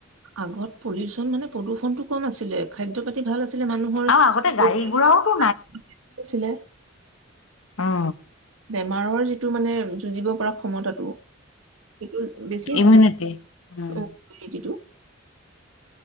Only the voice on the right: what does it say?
আগত পল্যুলচন মানে প্ৰদূষণতটো কম আছিলে, খাদ্য পাতি ভাল আছিলে মানুহৰ
প্ৰতি
<inaudible> আছিলে।
বেমাৰৰ যিটো মানে যুঁজিব পৰা ক্ষমতাতটো সেইটো বেছি
আছিল ন,
অ', ইউমিনিতিটো।